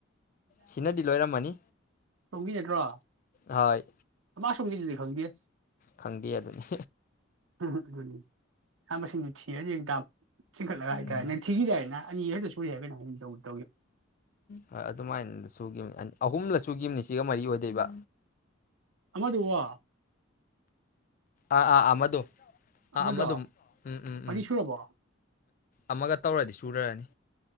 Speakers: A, on the left; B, on the right.
A: ꯁꯤꯅꯗꯤ ꯂꯣꯏꯔꯝꯃꯅꯤ
B: ꯍꯤꯦ ꯔꯣ
A: ꯍꯣꯏ
B: ꯃꯥ ꯁꯨꯝꯤꯗꯨꯗꯤ ꯈꯜꯒꯦ
A: ꯈꯪꯗꯦ ꯑꯗꯨꯅꯤ
B: ꯍꯝ ꯁꯥ ꯃꯁꯤꯡꯁꯨ ꯊꯤꯔ ꯅꯝ ꯆꯤꯡꯈꯠꯂꯒ
A: ꯎꯝ
B: ꯍꯥꯏꯇꯥꯔꯦ ꯅꯪ ꯊꯤꯈꯤ ꯇꯔꯦ ꯑ ꯍꯁꯨ ꯁꯨꯏ ꯌꯥ ꯍꯥꯏꯦ ꯍꯥꯏ ꯇꯧ
A: ꯍꯣꯏ ꯑꯗꯨꯃꯥꯏꯅ ꯁꯨꯈꯤꯕ ꯑꯍꯨꯝꯂꯁꯨ ꯌ ꯅꯤꯁꯤꯒ ꯃꯔꯤ ꯑꯣꯏꯗꯣꯏꯕ
B: ꯑꯗꯨ ꯋꯥ
A: ꯑꯥ ꯑꯥ ꯑꯃꯗꯣ ꯑꯥ
B: ꯑꯃꯗꯣ
A: ꯑꯃꯗ ꯎꯝ ꯎꯝ
B: ꯃꯔꯤ
A: ꯎꯝ
B: ꯁꯨꯔꯕꯣ
A: ꯑꯃꯒ ꯇꯧꯔꯗꯤ ꯁꯨꯔꯅꯤ